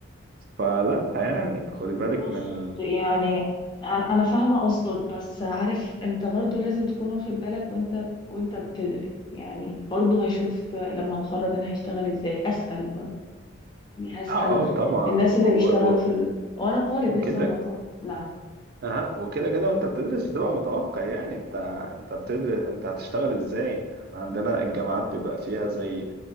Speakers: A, on the right (about 45°); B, on the left (about 20°).
A: فلا يعني خدي بالك
B: بص
A: من
B: يعني انا أنا فاهمه قصدك بس عارف انت برضو لازم تكون واخد بالك وانت وانت بتدرس يعني برضو هشوف لما اتخرج انا هشتغل ازاي اسال برضو يعني هسال
A: اه اه طبعا
B: الناس اللي
A: هو
B: بيشتغلوا
A: و-
B: في ال... وانا طالب
A: وكده
B: لسه وانا طالب نعم
A: اه وكده كده وانت بتدرس بتبقى متوقع يعني انت انت بتدرس انت هتشتغل ازاي احنا عندنا الجامعات بيبقى فيها زي